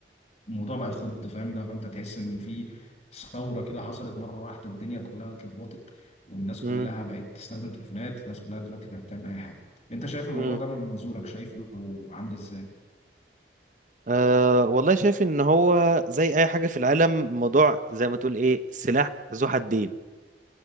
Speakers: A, on the left; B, on the right.
A: الموضوع بقى يخض فاهم لو انت تحس ان في ثوره كده حصلت مره واحده الدنيا كلها اتلخبطت والناس
B: امم
A: كلها بقت تستخدم تليفونات الناس كلها دلوقتي بقت تعمل اي حاجه انت شايف الموضوع
B: امم
A: ده من منظورك شايفه عامل ازاي
B: أه والله شايف ان هو زي اي حاجه في العالم الموضوع زي ما تقول ايه سلاح ذو حدين